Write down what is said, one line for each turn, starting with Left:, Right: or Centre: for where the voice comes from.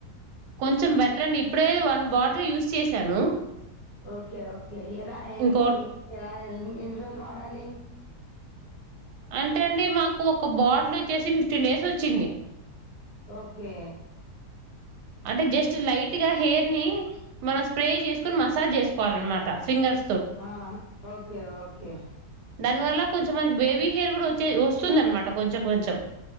Right: కొంచెం బెటర్ అండి ఇప్పుడే వన్ బాటల్ యూజ్ చేశాను
Left: ఓకే ఓకే ఎలా ఎ
Right: ఇంకో
Left: ఎలా ఎన్ ఎన్ని రోజులు వాడాలి
Right: ఆ అంటేండీ మాకు ఒక బాటిల్ వచ్చేసి ఫిఫ్టీన్ డేస్ వచ్చింది
Left: ఓకే
Right: అంటే జస్ట్ లైట్ గా హెయిర్ ని మనం స్ప్రే చేసుకొని మసాజ్ చేసుకోవాలిన్నమాట ఫింగర్
Left: ఆ ఓకే ఓకే
Right: దాని వల్ల కొంచెం మనకి బేబీ హెయిర్ కూడా వచ్చే వస్తుంది అనమాట కొంచెం కొంచెం